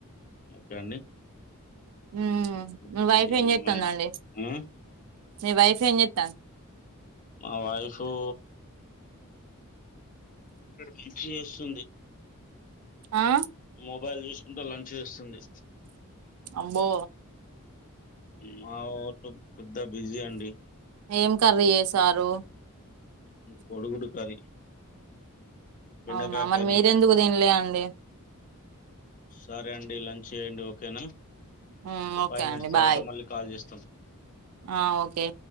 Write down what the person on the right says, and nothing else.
హ్మ్
మీ వైఫ్ ఏం చేస్తుందండీ
మీ వైఫ్ ఏం చేతంది
ఆ
అబో
ఏం కర్రీ చేసారు
అవునా మరి
మీరెందుకు తినలే అండి
మ్మ్ ఓకే
అండి
బాయ్
ఆ ఓకే